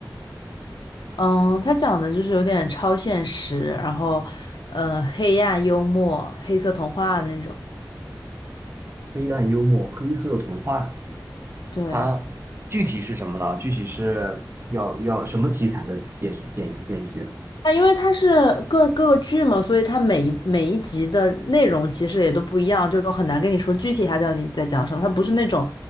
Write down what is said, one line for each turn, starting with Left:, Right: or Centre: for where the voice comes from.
Left: 嗯，它讲的就是有点超现实，然后，呃，黑暗幽默、黑色童话那种。
Right: 黑暗幽默，黑色童话，
Left: 对，
Right: 它具体是什么呢？具体是要要什么题材的电视电影电视剧
Left: 它因为它是各各个剧嘛，所以它每一每一集的内容其实也都不一样，就很难跟你说具体它到底在讲什么。它不是那种